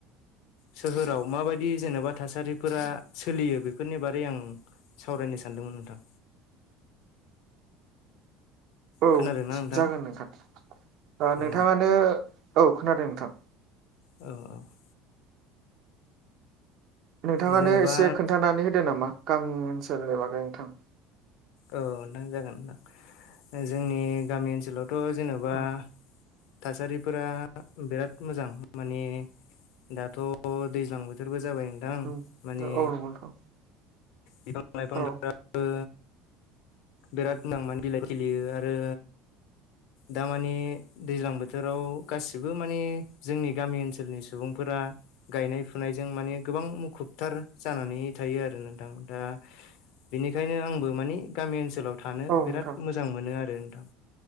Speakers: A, on the left; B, on the right.
A: सोहोराव माबायदि जेन'बा थासारिफोरा सोलियो बेफोरनि बारै आं सावरायनो सानदोंमोन नोंथां।
B: औ
A: खोनादोंना नोंथां
B: जागोन नोंथां।
A: औ
B: नोंथाङानो औ खोनादों नोंथां।
A: अह।
B: नोंथाङानो
A: जेनेबा
B: एसे खोन्थानानै होदो नामा गामि ओनसोलनि बागै नोंथां।
A: औ नोंथां जागोन नोंथां। जोंनि गामि ओनसोलावथ' जेन'बा
B: उम
A: थासारिफोरा बिराद मोजां माने दाथ' दैज्लां बोथोरबो जाबाय नोंथां
B: उम
A: माने
B: औ नंगौ नोंथां
A: बिफां लाइफांफोराबो
B: औ
A: बिराद <inaudible> नां माने बिलाइ खिलियो आरो दा माने दैज्लां बोथोराव गासिबो माने जोंनि गामि ओनसोलनि सु सुबुंफोरा गायनाय फुनायजों माने गोबां मुखुबथार जानानै थायो आरो नोंथां दा बेनिखायनो आंबो माने गामि ओनसोलाव थानो
B: औ
A: बिराद
B: नोंथां
A: मोजां मोनो आरो नोंथां।